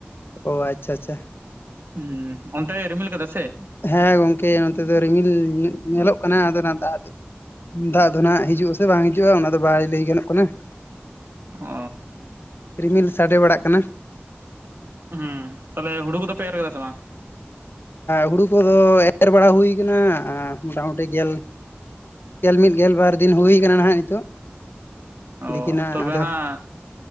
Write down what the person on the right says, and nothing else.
ᱦᱩᱸ ᱚᱱᱛᱮ ᱨᱤᱢᱤᱞ ᱠᱟᱫᱟ ᱥᱮ?
ᱚ
ᱦᱩᱸ ᱛᱟᱦᱞᱮ ᱦᱩᱲᱩ ᱠᱚᱫᱚ ᱯᱮ ᱮᱨ ᱠᱟᱫᱟ ᱥᱮ ᱵᱟᱝ?
ᱚ
ᱛᱚᱵᱮ
ᱦᱟᱸᱜ